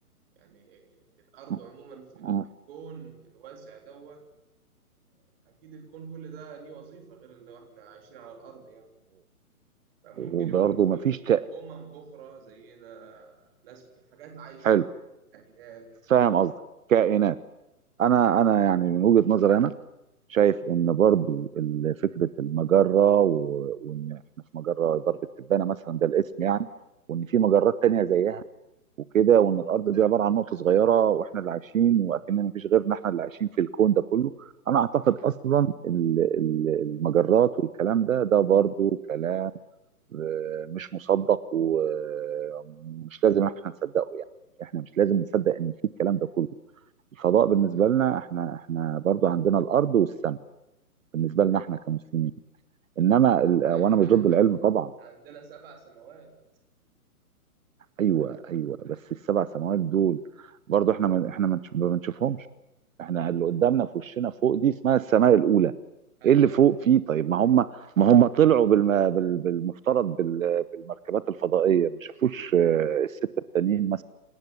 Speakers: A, on the right (about 40°); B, on the right (about 60°).
A: يعني الارض
B: م-
A: عموما في
B: م-
A: في الكون الواسع دوت اكيد الكون كل ده ليه وظيفة غير اللي احنا عايشين على الارض يعني فممكن
B: وبرضه
A: يكون في
B: ما فيش تق-
A: امم اخرى زينا ناس حاجات عايشة
B: حلو
A: كتير كائنات
B: فاهم
A: كده
B: قصدك كائنات انا انا يعني من وجهه نظري انا شايف ان برضو ال- فكره المجره و... وان احنا في مجره درب التبانه مثلا ده الاسم يعني وان في مجرات تانية زيها وكده وان الارض دي عباره عن نقطه صغيره واحنا اللي عايشين واكننا مفيش غيرنا احنا اللي عايشين في الكون ده كله انا اعتقد اصلا ال- ال- المجرات والكلام ده ده برضو كلام آه، مش مصدق ومش لازم احنا نصدقه يعني احنا مش لازم نصدق ان في الكلام ده كله الفضاء بالنسبه لنا احنا احنا برضو عندنا الارض والسماء بالنسبه لنا احنا كمسلمين انما ال-
A: احنا
B: وانا
A: احنا
B: مش
A: عندنا
B: ضد العلم طبعا
A: عندنا سبع سماوات
B: ايوه ايوه بس السبع سماوات دول برضو احنا ما احنا ما نش- ما بنشوفهمش احنا اللي قدامنا في وشنا فوق دي اسمها السماء الاولى
A: ايوه
B: ايه اللي فوق فيه طيب ما هم ما هم طلعوا بالم... بال... بالمفترض بال... بالمركبات الفضائيه ما شافوش آه، السته التانيين مثلا